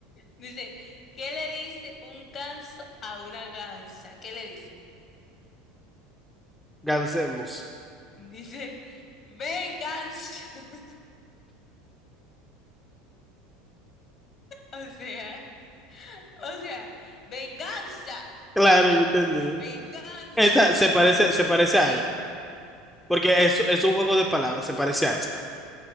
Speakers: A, on the left; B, in the centre.
A: dice, ¿qué le dice un ganso a una gansa? ¿Qué le dice?
B: Gansemos.
A: Dice, venganza. <laughs> O sea, o sea, venganza.
B: Claro,
A: O sea,
B: yo entendí.
A: venganza,
B: Esta
A: pero,
B: se parece,
A: pero
B: se parece
A: venganza.
B: a esta, porque es, es un juego de palabras, se parece a esta.